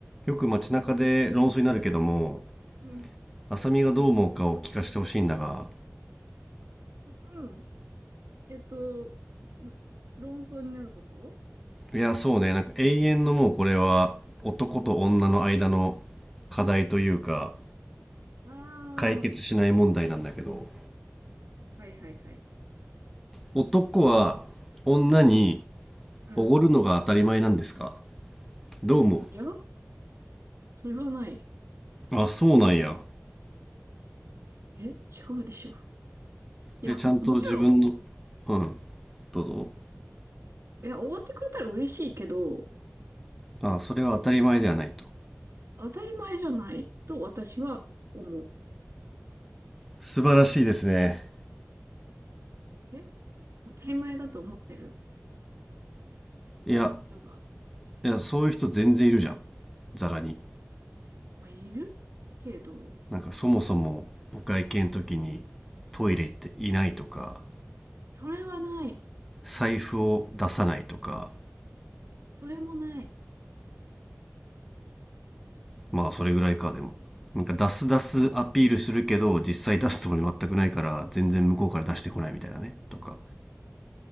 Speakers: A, in the centre; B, on the right (about 60°).
A: よく街中で論争になるけども、
B: うん、うん、
A: 浅見がどう思うかを聞かせてほしいんだが、
B: うん。えっと、ろ論争になること
A: いや、そうね、なんか永遠のもうこれは男と女の間の課題というか、
B: うん。ああ、
A: 解決しない問題なんだけど、
B: はいはいはい。
A: 男は女に
B: うん、うん。
A: おごるのが当たり前なんですかどう思
B: いや、それはない。
A: うあ、そうなんや。
B: え、違うでしょ。いや、
A: え、ちゃんと自分の、
B: ももちろ
A: うん、どうぞ。
B: ん、いや、終わってくれたら嬉しいけど、
A: あ、それは当たり前ではないと。
B: 当たり前じゃないと私は思う。
A: 素晴らしいですね。
B: え、当たり前だと思ってる
A: いや、
B: 人が、
A: いや、そういう人全然いるじゃん。ざらに。
B: まあ、いるけど、
A: なんかそもそもお会計の時にトイレ行っていないとか
B: それはない。
A: 財布を出さないとか
B: それもない。
A: まあそれぐらいかでもなんか出す出すアピールするけど実際出すつもり全くないから全然向こうから出してこないみたいなねとか